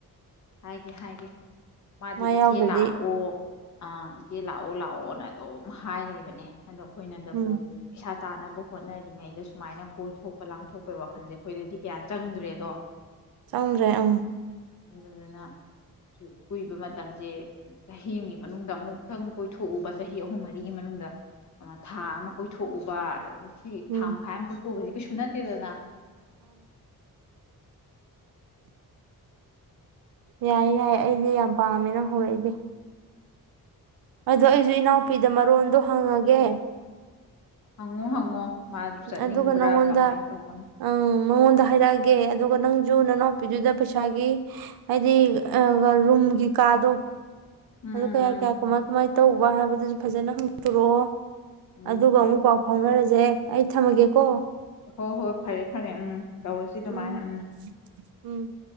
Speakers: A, on the left; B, on the right.
A: ꯍꯥꯏꯒꯦ ꯍꯥꯏꯒꯦ ꯃꯥꯗꯤ
B: ꯃꯥ
A: ꯏꯆꯦ
B: ꯌꯥꯎꯗ꯭ꯔꯗꯤ
A: ꯂꯥꯛꯑꯣ ꯑꯥ ꯏꯆꯦ ꯂꯥꯛꯑꯣ ꯂꯥꯛꯑꯣꯅ ꯑꯗꯨꯝ ꯍꯥꯏꯔꯕꯅꯦ ꯑꯗꯣ ꯑꯩꯈꯣꯏꯅꯗꯕꯨ
B: ꯎꯝ
A: ꯄꯩꯁꯥ ꯇꯥꯅꯕ ꯍꯣꯠꯅꯔꯤꯉꯩꯗ ꯁꯨꯃꯥꯏꯅ ꯀꯣꯏꯊꯣꯛꯄ ꯂꯥꯡꯊꯣꯛꯄꯩ ꯋꯥꯈꯜꯁꯦ ꯑꯩꯈꯣꯏꯗꯗꯤ ꯀꯌꯥ ꯆꯪꯗ꯭ꯔꯦꯗꯣ
B: ꯆꯪ꯭ꯔꯦ ꯑꯪ
A: ꯑꯗꯨꯗꯨꯅ ꯀꯨꯏꯕ ꯃꯇꯝꯁꯦ ꯆꯍꯤꯒꯤ ꯃꯅꯨꯡꯗ ꯑꯃꯨꯛꯇꯪ ꯀꯣꯏꯊꯣꯛꯎꯕ ꯆꯍꯤ ꯑꯍꯨꯝ ꯃꯔꯤꯒꯤ ꯃꯅꯨꯡꯗ ꯑꯃ ꯊꯥ ꯑꯃ ꯀꯣꯏꯊꯣꯛꯎꯕ ꯁꯤ ꯊꯝꯃ
B: ꯎꯝ
A: ꯈꯥꯏ ꯑꯃ ꯀꯁꯨ ꯍꯧꯕꯖꯤ ꯅ ꯗꯅ
B: ꯌꯥꯏ ꯌꯥꯏ ꯑꯩꯗꯤ ꯌꯥꯝ ꯄꯥꯝꯃꯦ ꯅꯪ ꯍꯧꯔꯛꯏꯁꯦ ꯑꯗꯣ ꯑꯩꯁꯨ ꯏꯅꯥꯎꯄꯤꯗ ꯃꯔꯣꯟꯗꯣ ꯍꯪꯉꯒꯦ
A: ꯍꯉꯣ ꯍꯪꯉꯣ ꯃꯥꯗꯨ ꯆꯠꯅꯤꯡꯕ꯭ꯔꯥ
B: ꯑꯗꯨꯒ ꯅꯪꯉꯣꯟꯗ
A: ꯀꯃꯥꯏꯅ ꯇꯧꯧꯕꯅꯣ
B: ꯑꯪ ꯃꯉꯣꯟꯗ ꯍꯥꯏꯔꯛꯑꯒꯦ ꯑꯗꯨꯒ ꯅꯪꯁꯨ ꯅꯅꯥꯎꯄꯤꯗꯨꯗ ꯄꯩꯁꯥꯒꯤ ꯍꯥꯏꯗꯤ ꯔꯨꯝꯒꯤ ꯀꯥꯗꯣ
A: ꯎꯝ ꯎꯝ
B: ꯑꯗꯨꯗ ꯀ ꯌꯥꯀ
A: ꯎꯝ
B: ꯌꯥ ꯀꯨꯃꯥꯏ ꯀꯃꯥꯏ ꯇꯧꯕ ꯍꯥꯏꯕꯗꯨꯁꯨ ꯐꯖꯅ ꯍꯪꯗꯣꯔꯑꯣ
A: ꯎꯝ
B: ꯑꯗꯨꯒ ꯑꯃꯨꯛ ꯄꯥꯎ ꯐꯥꯎꯅꯔꯁꯦ ꯑꯩ ꯊꯝꯃꯒꯦꯀꯣ
A: ꯍꯣꯏ ꯍꯣꯏ ꯐꯔꯦ ꯐꯔꯦ ꯎꯝ ꯇꯧꯔꯁꯤ ꯑꯗꯨꯃꯥꯏꯅ
B: ꯎꯝ
A: ꯎꯪ
B: ꯎꯝ